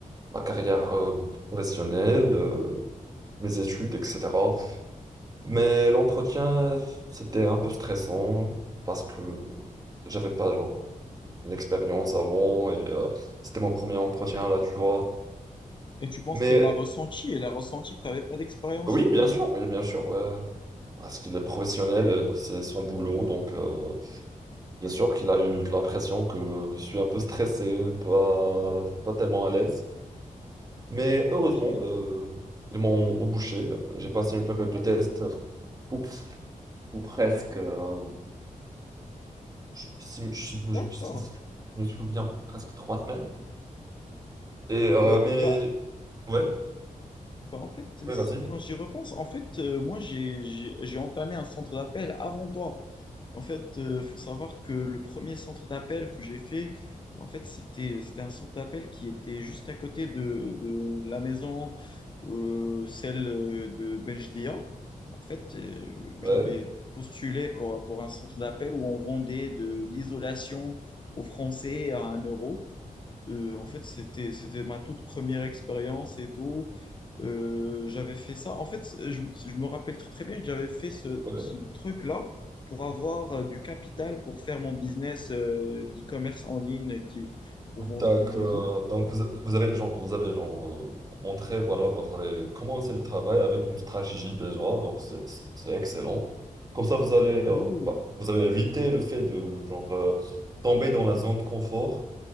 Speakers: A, on the right; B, on the left.
A: ma carrière euh, professionnelle, euh, mes études, etc. Mais l'entretien, c'était un peu stressant parce que j'avais pas genre, une expérience avant et euh, c'était mon premier entretien là, tu vois.
B: Et tu penses
A: Mais
B: qu'elle l'a ressenti? Elle a ressenti que tu n'avais pas d'expérience
A: oui,
B: et tout?
A: bien sûr, oui, bien sûr. ouais. Parce qu'il est professionnel, euh, c'est son boulot, donc. euh, Bien sûr qu'il a eu l'impression que je suis un peu stressé, pas, pas tellement à l'aise. Mais heureusement,
B: Ok,
A: euh, ils m'ont au boucher. J'ai passé une période de test pour, ou presque, euh, je, si- je-
B: d'accord.
A: je- si- je me souviens, presque trois semaines. Et, euh,
B: Euh,
A: mais
B: bah,
A: ouais,
B: Bah, en fait,
A: mais
B: c'est-
A: vas-y.
B: quand j'y repense, en fait, euh, moi, j'ai, j'ai, j'ai entamé un centre d'appel avant toi. En fait, euh, faut savoir que le premier centre d'appel que j'ai fait, en fait, c'était, c'était un centre d'appel qui était juste à côté de, de la maison, euh, celle euh, de Benjdia. En fait, euh,
A: Ouais,
B: j'avais postulé pour, pour un centre d'appel où on vendait de l'isolation aux Français à un euro. Euh, en fait, c'était, c'était ma toute première expérience et tout. Euh, j'avais fait ça. En fait, je, je me rappelle très, très bien que j'avais fait ce,
A: ouais.
B: ce truc-là pour avoir euh, du capital pour faire mon business euh, d'e-commerce en ligne qui, pour vendre
A: Donc,
B: des bijoux.
A: euh, donc vous, a- vous avez genre, vous avez genre euh, entré, voilà, vous avez commencé le travail avec une stratégie déjà, donc c'est c'est excellent. Comme ça, vous allez, euh,
B: Oui, oui.
A: bah, vous avez évité le fait de genre euh, tomber dans la zone de confort,